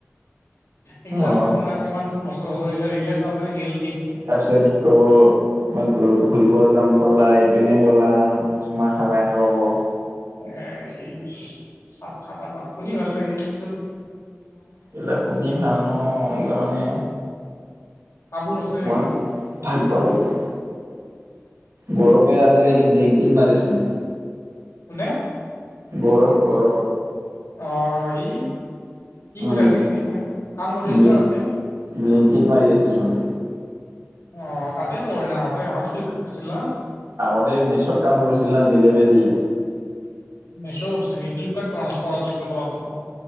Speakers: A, on the left; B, on the right.
A: এইগিলা
B: অ
A: শুনা ইমান বছৰ হ'ল। এইগিলা ৰিলে চাওঁতে গেল দিনবোৰ।
B: তাৰপিছত ক'ব মই ঘূ ঘূৰিব যাম ব'লা। এইপিনে ব'লা। মোক চুমা খাবা এনকে ক'ব।
A: এ এই চব খাটাৰনাক। শুনি ভাল লাগে কিন্তু
B: এইগিলা শুনি ভাল নহয়, এইগিলা মানে
A: কামোৰ আছে
B: মন
A: এইগিলা
B: থাকবা লাগে। গৌৰৱে
A: কোনে
B: আজি-কালি ব্লেংকিত মাৰেচোন।
A: কোনে?
B: গৌৰৱ, গৌৰৱ।
A: অ হি কি
B: উম
A: কৰে আজিকালি? কাম কৰি
B: ব্লিং
A: আছে ন তাতে?
B: ব্লিংকিত মাৰি আছেচোন।
A: অ তাতেটো। এনে আহোতে আহোতেটো কৰছিল না।
B: আগতে মেচোত কাম কৰিছিল না ডেলিভাৰী।
A: মেছো কৰছিলে, ফ্লিপকাৰ্ট <unintelligible>